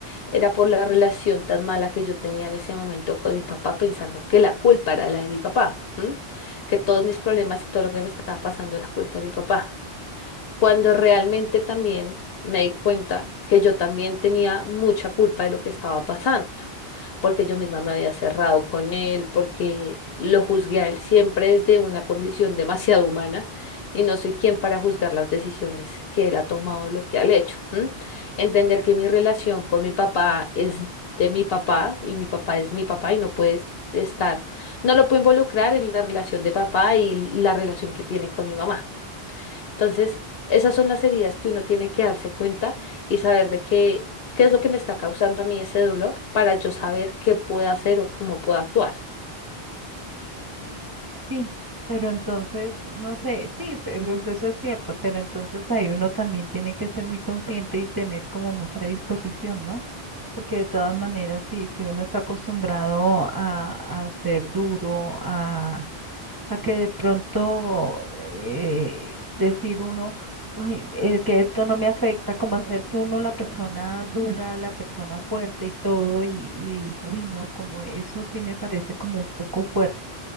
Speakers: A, on the left; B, on the right.
A: era por la relación tan mala que yo tenía en ese momento con mi papá, pensando que la culpa era la de mi papá, ¿m? Que todos mis problemas y todo lo que me estaba pasando era culpa de mi papá cuando realmente también me di cuenta que yo también tenía mucha culpa de lo que estaba pasando, porque yo misma me había cerrado con él, porque lo juzgué a él siempre desde una condición <laughs> demasiado humana y no soy quien para juzgar las decisiones que él ha tomado, lo que ha hecho. ¿m? Entender que mi relación con mi papá es de mi papá y mi papá es mi papá y no puede estar, no lo puedo involucrar en la relación de papá y la relación que tiene con mi mamá. Entonces, esas son las heridas que uno tiene que darse cuenta y saber de qué, qué es lo que me está causando a mí ese dolor para yo saber qué puedo hacer o cómo puedo actuar.
B: Sí, pero entonces, no sé, sí, pe- pues eso es cierto, pero entonces ahí uno también tiene que ser muy consciente y tener como mucha disposición, ¿no? Porque de todas maneras, sí, si uno está acostumbrado a, a ser duro, a, a que de pronto eh, decir uno, "Uy, eh, que esto no me afecta, como hacerse uno la persona dura, la persona fuerte y todo, y, y uy, no, como eso sí me parece como un poco fuerte.